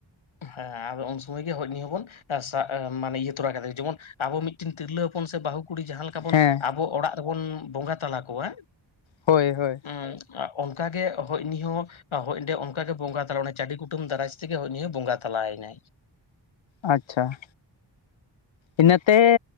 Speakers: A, on the left; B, on the left.
A: ᱦᱮᱸ ᱟᱫᱚ ᱩᱱ ᱥᱚᱢᱚᱭ ᱜᱮ ᱦᱳᱭ ᱩᱱᱤ ᱦᱚᱸᱵᱚᱱ ᱟ ᱥᱟᱜ ᱢᱟᱱᱮ ᱤᱭᱟᱹ ᱛᱚᱨᱟ ᱠᱟᱫᱮ ᱡᱮᱢᱚᱱ ᱟᱵᱚ ᱢᱤᱫᱴᱮᱱ ᱛᱤᱨᱞᱟᱹ ᱦᱚᱯᱚᱱ ᱥᱮ ᱵᱟᱹᱦᱩ ᱠᱩᱲᱤ ᱡᱟᱦᱟᱸ ᱞᱮᱠᱟ ᱵᱚᱱ
B: ᱦᱮᱸ
A: ᱟᱵ ᱵᱚ ᱚᱲᱟᱜ ᱨᱮᱵᱚᱱ ᱵᱚᱸᱜᱟ ᱛᱟᱞᱟ ᱠᱚᱣᱟ
B: ᱦᱳᱭ ᱦᱳᱭ
A: ᱮᱸ ᱚᱱᱠᱟ ᱜᱮ ᱦᱳᱭ ᱩᱱᱤ ᱦᱚᱸ ᱦᱳᱭ ᱮᱸᱰᱮ ᱚᱱᱠᱟ ᱜᱮ ᱵᱚᱸᱜᱟ ᱛᱟᱞᱟ ᱚᱱᱟ ᱪᱟᱹᱰᱤ ᱠᱩᱴᱟᱢ ᱫᱟᱨᱟᱡᱽ ᱛᱮᱜᱮ ᱦᱳᱭ ᱱᱩᱭ ᱦᱚᱸ ᱵᱚᱸᱜᱟ ᱛᱟᱞᱟᱭᱮᱱᱟᱭ ᱾
B: ᱟᱪᱪᱷᱟ ᱾ ᱤᱱᱟᱹᱛᱮ